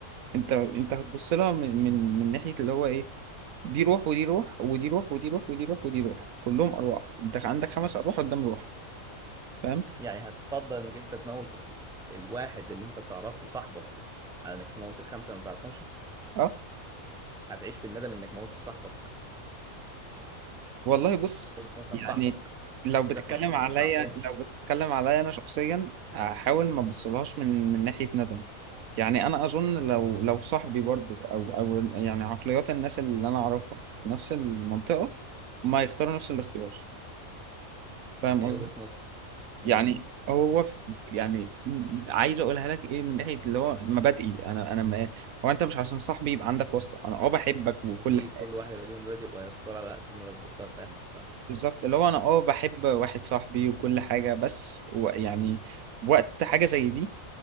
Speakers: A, on the right (about 80°); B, in the centre.
A: انت انت هتبص لها من من من ناحية اللي هو ايه دي روح ودي روح ودي روح ودي روح ودي روح ودي روح كلهم ارواح انت عندك خمس ارواح قدام روح فاهم
B: يعني هتفضل انك انت تموت ال... الواحد اللي انت تعرفه صاحبك على انك تموت الخمسه اللي ما تعرفهمش
A: أه؟
B: هتعيش بالندم انك موتت صاحبك
A: والله بص
B: قلت إن هو كان
A: يعني
B: صاحبك
A: لو بتتكلم
B: سيبك من خمسه
A: عليا
B: انت ما تعرفهمش
A: لو بتتكلم عليا انا شخصيا احاول ما ابصلهاش من من ناحيه ندم يعني انا اظن لو لو صاحبي برضو او او يعني عقليات الناس اللي انا اعرفها في نفس المنطقه هم هيختاروا نفس الاختيار فاهم
B: هي
A: قصدي
B: وجهه نظر من
A: يعني
B: وجهه نظر
A: هو في يعني م- عايز اقولها لك ايه من ناحيه اللي هو مبادئي انا انا ما هو انت مش عشان صاحبي يبقى عندك واسطه انا اه بحبك وكل
B: اكيد كل
A: حاجه
B: واحد يبقى ليه مبادئ وهيختار على حسب مبادئه فاهمك فاهم
A: بالظبط اللي هو انا اه بحب واحد صاحبي وكل حاجة بس و يعني وقت حاجة زي دي